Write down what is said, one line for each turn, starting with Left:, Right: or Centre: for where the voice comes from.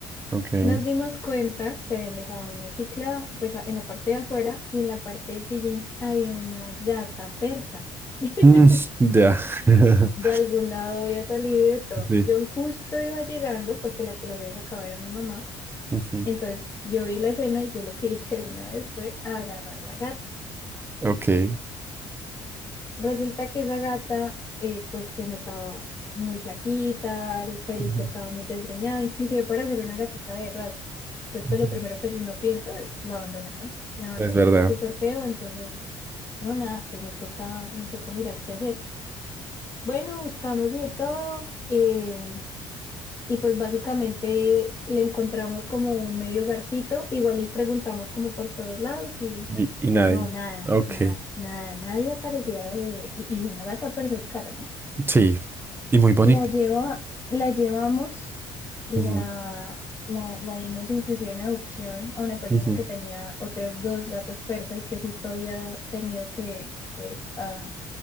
Right: Ok.
Left: Nos dimos cuenta que habían dejado una cicla, pues a- en la parte de afuera y en la parte del sillín había una gata persa. <laughs>
Right: Mm, ya. <laughs>
Left: De algún lado había salido y de todo.
Right: Sí.
Left: Yo justo iba llegando porque la que la había sacado era mi mamá.
Right: Ujú,
Left: Entonces yo vi la escena y yo lo que <laughs> hice de una vez fue agarrar la gata.
Right: Ok.
Left: Resulta que esa gata eh, pues se notaba muy flaquita, el pelito
Right: Ujú,
Left: estaba muy desgreñado, inclusive para ser una gatita de raza. Entonces pues
Right: ujú.
Left: lo primero que uno piensa, es, la abandonaron, la abandonaron
Right: Es verdad.
Left: súper feo, entonces no nada, pues nos toca, nos toca mirar qué hacer. Bueno, buscamos y de todo. eh, Y pues básicamente le encontramos como un medio hogarcito, igual y preguntamos como por todos lados y,
Right: Y, y nadie.
Left: y no, nada,
Right: Ok,
Left: nada, nada, nadie aparecía de, y, y una gata persa es cara, ¿no?
Right: sí, y muy bonita.
Left: La lleva, la llevamos, la,
Right: Ujú,
Left: la, la dimos inclusive en adopción a una persona
Right: ujú,
Left: que tenía otros dos gatos persa y que justo había tenido que, pues, a,